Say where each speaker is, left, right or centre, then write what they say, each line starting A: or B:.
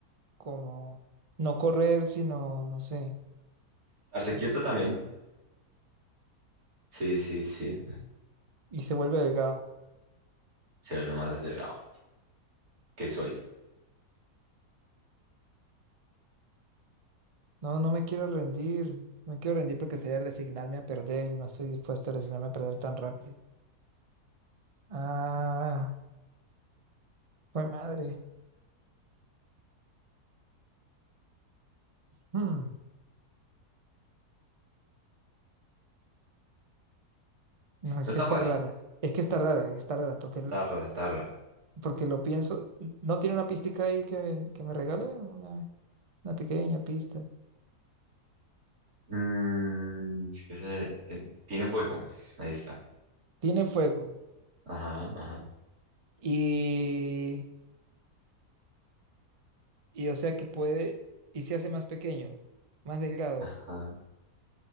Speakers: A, on the right; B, on the right.
A: como no correr, sino, no sé,
B: Estarse
A: mm,
B: quieto también. Sí, sí, sí.
A: y se vuelve delgado.
B: Se vuelve más delgado. ¿Qué soy?
A: No, no me quiero rendir. No quiero rendir porque sería resignarme a perder y no estoy dispuesto a resignarme a perder tan rápido. Ah, pues madre. Hmm, No, es
B: No está
A: que está
B: fácil.
A: rara. Es que está rara, está rara, porque,
B: Está
A: l-
B: raro, está raro.
A: porque lo pienso. ¿No tiene una pista ahí que, que me regale? Una, una pequeña pista.
B: Mm, es que ese, eh, tiene fuego. Ahí está.
A: Tiene fuego.
B: Ajá, ajá,
A: Y, y o sea que puede. Y se hace más pequeño, más delgado
B: ajá.
A: es.